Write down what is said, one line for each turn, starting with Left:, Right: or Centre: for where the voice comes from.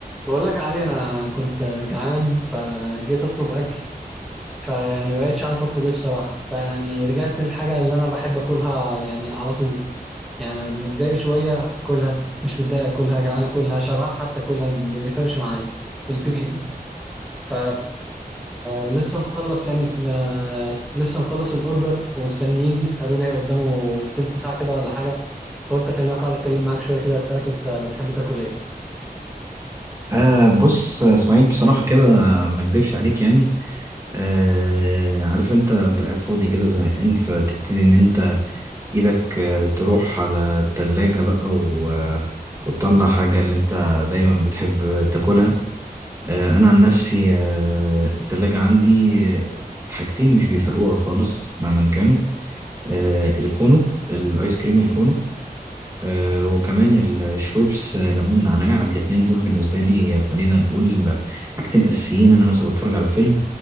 Centre: بقول لك يا علي انا كنت جعان فجيت اطلب اكل فيعني ما بقتش عارف اطلب ايه الصراحه فيعني رجعت للحاجه اللي انا بحب اكلها يعني على طول يعني متضايق شويه اكلها مش متضايق اكلها جعان اكلها شبعان حتى اكلها ما بيفرقش معايا البيتزا ف لسه مخلص يعني ما... لسه مخلص الاوردر ومستني يجي قالوا لي قدامه تلت ساعه كده ولا حاجه فقلت اكلمك اقعد اتكلم معاك شويه كده اسالك انت بتحب تاكل ايه
Right: آه بص يا اسماعيل بصراحة كده ما اكدبش عليك يعني آه عارف انت انت قاعد فاضي كده زهقان فتبتدي ان انت ايدك آه تروح على التلاجة بقى و... آه، وتطلع حاجة اللي انت دايما بتحب تاكلها آه انا عن نفسي آه التلاجة عندي آه، حاجتين مش بيفرقوها خالص مهما كانوا آه الكونو الايس كريم الكونو آه، وكمان الشويبس آه، ليمون نعناع الاتنين دول بالنسبة لي آه، خلينا نقول حاجتين أساسيين أنا مثلا بتفرج على فيلم